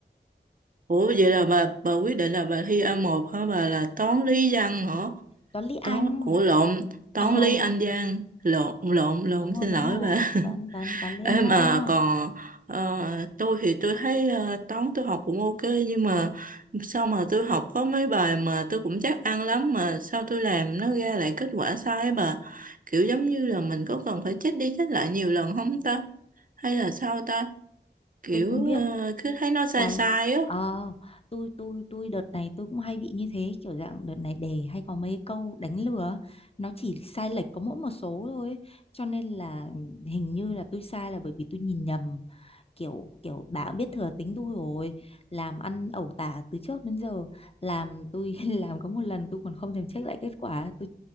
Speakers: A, on the right (about 50°); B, on the left (about 35°).
A: Ủa vậy là bà bà quyết định là bà thi a một hả bà là toán lý văn hả?
B: Toán lý Anh
A: Toán Ủa lộn, toán
B: Ồ,
A: lý Anh văn. Lộn lộn lộn
B: đúng rồi
A: xin
B: đúng
A: lỗi
B: rồi
A: bà. <laughs>
B: toán toán toán lý
A: em
B: anh văn
A: mà
B: đó
A: còn ờ, tôi thì tôi thấy ờ, toán tôi học cũng ok nhưng mà sao mà tôi học có mấy bài mà tôi cũng chắc ăn lắm mà sao tôi làm nó ra lại kết quả sai á bà. Kiểu giống như là mình có cần phải check đi check lại nhiều lần không ta? Hay là sao ta? kiểu
B: tôi không biết
A: ờ, cứ thấy nó sai
B: cái
A: sai á
B: ờ tôi tôi tôi đợt này tôi cũng hay bị như thế kiểu dạng đợt này đề hay có mấy câu đánh lừa á, nó chỉ sai lệch có mỗi một số thôi ấy. cho nên là hình như là tôi sai là bởi vì tôi nhìn nhầm kiểu kiểu bà cũng biết thừa tính tôi rồi làm ăn ẩu tả từ trước đến giờ làm tôi <laughs> làm có một lần tôi còn không thèm check lại kết quả tôi